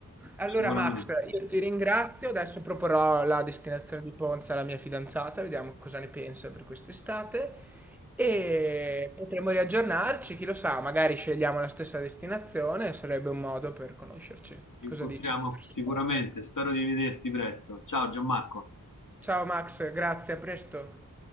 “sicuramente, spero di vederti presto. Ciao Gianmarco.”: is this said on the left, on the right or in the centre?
Left